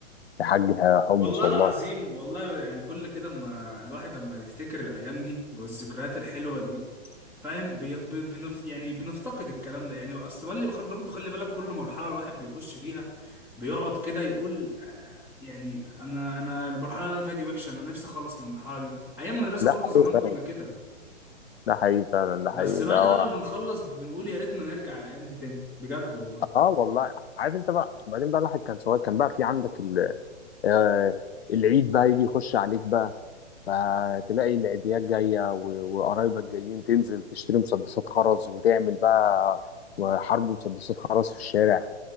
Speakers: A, on the left; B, in the centre.
A: يا حاج حمص
B: والله
A: والله
B: العظيم والله يعني كل كده اما الواحد اما يفتكر الأيام دي والذكريات الحلوة دي فاهم بي- ب- بنف... يعني بنفتقد الكلام ده يعني استراليا بخير برضه خلي بالك كل مرحله الواحد بيخش فيها بيقعد كده يقول آه، يعني انا انا المرحله اللي انا فيها دي وحشه انا نفسي اخلص من المرحله دي ايام مدرسه
A: ده
B: برضه
A: حقيقي
B: زمان
A: فعلاً.
B: كنا كده
A: ده حقيقي فعلا ده
B: بس
A: حقيقي
B: بعد
A: ده هو
B: بقى ما بنخلص بنقول يا ريتنا نرجع الايام دي تاني بجد والله
A: اه والله عارف انت بقى وبعدين بقى الواحد كان صغير كان بقى في عندك ال... آه العيد بقى يجي يخش عليك بقى فتلاقي العيديات جايه و- وقرايبك جايين تنزل تشتري مسدسات خرز وتعمل بقى وحرب مسدسات خرز في الشارع